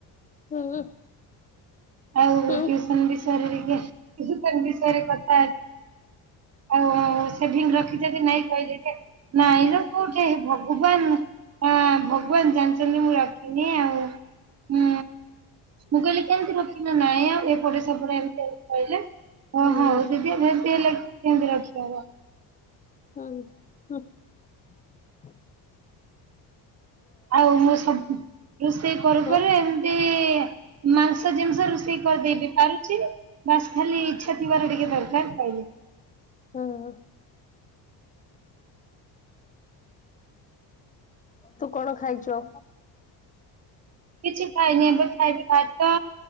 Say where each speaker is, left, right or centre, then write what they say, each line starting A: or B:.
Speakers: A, on the left (about 20°); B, on the right (about 35°).
A: ହୁଁ।
B: ଆଉ
A: ହଁ
B: ଟିଉସନ ବିଷୟରେ ଟିକେ ଟିଉସନ ବିଷୟରେ କଥା ହେବି। ଆଉ ସେଭିଂ ରଖିଚ କି ନାଇଁ କହିଲ ଯେ, ନାଇଁ ର କୋଉଠି ଏ ଭଗବାନ ହଁ ଭଗବାନ ଜାଣିଚନ୍ତି ମୁଁ ରଖିନି ଆଉ ହୁଁ। ମୁ କହିଲି କେମତି ନାଇଁ ଆଉ ଏପଟ ସେପଟେ ଏମିତି କହିଲେ ହ
A: ହୁଁ
B: ହଉ
A: ହୁଁ
B: ଦିଦି ଏମତି ହେଲେ କେମନ୍ତି ରଖିହବ।
A: ହୁଁ <inaudible>
B: ଆଉ ମୁଁ ସବୁ ରୋଷେଇ କରୁ
A: ହଁ
B: କରୁ ଏମିତି <inaudible> ମାଂସ ଜିନିଷ ରୋଷେଇ କରିଦେଇ ବି ପାରୁଚି, ବାସ୍ ଖାଲି ଇଛା ଥିବାର ଟିକେ ଦରକାର କହିଲେ।
A: ହୁଁ। ତୁ କଣ ଖାଇଚୁ?
B: କିଛି ଖାଇନି ଏବେ ଖାଇବି ଭାତ